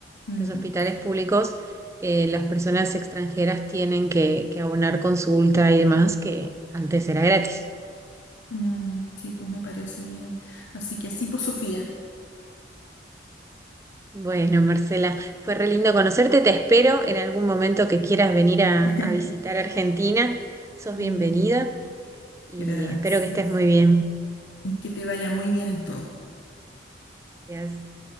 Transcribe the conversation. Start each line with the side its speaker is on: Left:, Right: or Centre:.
Left: mm,
Right: los hospitales públicos, eh, las personas extranjeras tienen que, que abonar consulta y demás, que antes era gratis.
Left: mm, sí, pues me parece bien. Así que así, pues Sofía.
Right: Bueno, Marcela, fue re lindo conocerte. Te espero en algún momento que quieras venir a,
Left: <laughs>
Right: a visitar Argentina. Sos
Left: Mm,
Right: bienvenida
Left: sí,
Right: y
Left: Gracias
Right: espero que estés muy bien.
Left: y que te vaya muy bien en todo.
Right: Gracias.